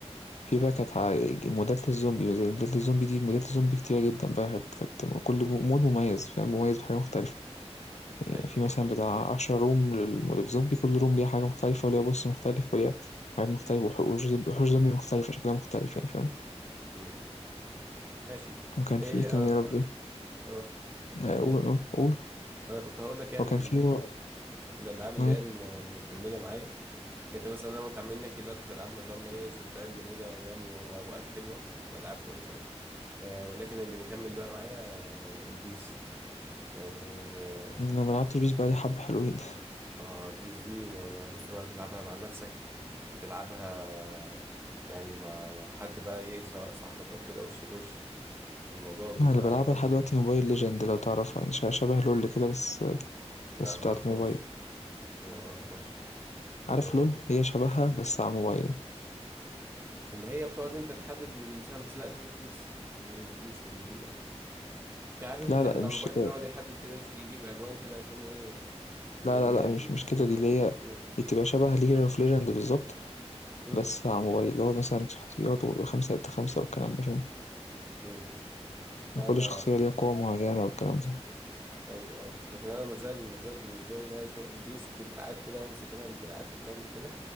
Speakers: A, on the left; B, on the right.
A: في بقى كانت ع مودات للزومبي، مودات للزومبي دي مودات الزومبي كتيرة جدًا بقى كانت كانت كل مود مميز فاهم، مميز بحاجة مختلفة. كان
B: ايوه
A: في مثلا
B: ايوه
A: بتاع 10 روم لل- للزومبي كل روم ليها حاجة مختلفة وليها بوس مختلف وليها حاجات مختلفة وح- وحوش زومبي وحوش زومبي مختلفة شكلها مختلف يعني فاهم
B: مم. ماشي
A: وكان
B: ايه
A: في إيه كمان
B: انا اه
A: يا ربي
B: آه،
A: آه، قول
B: قول
A: قول قول.
B: انا كنت هقول لك يعني
A: وكان
B: ال-
A: في و...
B: <laughs> الالعاب اللي
A: ما إيه؟
B: هي م- مكمله معايا يعني انت مثلا انا وانت عمالين نحكي دلوقتي في العاب ما شاء الله ايه ذكريات جميله ايام و- واوقات حلوه والعاب كويسه آه ولكن اللي مكمل بقى معايا آه البيس يعني آه،
A: أنا ملعبتش بيس بقالي حبة حلوين <laughs>
B: اه البيس دي يعني بص بقى تلعبها مع نفسك هتلعبها يعني مع مع حد بقى ايه سواء صاحبك او كده وش لوش الموضوع بيبقى
A: أنا اللي بلعبها
B: ممتع
A: لحد دلوقتي موبايل ليجند لو تعرفها يعني ش- شبه لول كده بس
B: لا
A: بس
B: ما
A: بتاعة
B: اعرفهاش
A: الموبايل
B: ما اعرفهاش
A: عارف
B: آه.
A: لول هي شبهها بس على موبايل
B: اللي هي بتقعد انت تحدد بالسهم بس لا دي مش بيس دي مش بيس ولا دي ايه في عارف انت
A: لا
B: اللعبة
A: لا
B: اللي
A: مش
B: على الموبايل اللي
A: كده
B: بيقعد يحدد كده يش- يجيب اجوان كده كأنه ايه
A: لا
B: بي
A: لا
B: بي
A: لا
B: بي
A: مش مش
B: بالتاتش
A: كده دي اللي هي
B: مم.
A: دي تبقى شبه ليج اوف ليجند بالظبط
B: مم.
A: بس على الموبايل اللي هو مثلا شخصيات وبيبقى خمسة ضد خمسة والكلام ده فاهم
B: مم. لا
A: كل
B: انا
A: شخصية ليها قوة معينة والكلام ده
B: ايوه اه لكن انا مازال مازال بالنسبه لي بقى شغل بيس بدراعات كده وامسك انا الدراعات قدامي كده